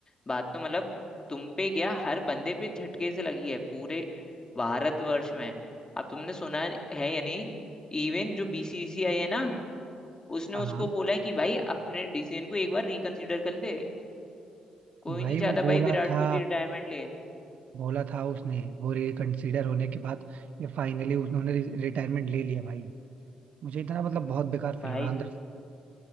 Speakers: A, on the left; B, on the right.
A: बात तो मतलब तुम पे क्या हर बंदे पे झटके से लगी है पूरे भारतवर्ष में अब तुमने सुना है या नहीं इवन जो बीसीसीआई है ना उसने
B: हाँ
A: उसको
B: हाँ
A: बोला है कि भाई अपने डिसीजन को एक बार रिकंसिडर कर ले कोई
B: भाई
A: नहीं
B: वो
A: चाहता
B: बोला
A: भाई विराट
B: था
A: कोहली रिटायरमेंट ले
B: बोला था उसने वो रिकंसीडर होने के बाद ये फाइनली उन्होंने रिटायरमेंट ले लिया भाई मुझे इतना मतलब बहुत बेकार फील
A: भाई
B: हो रहा है अंदर से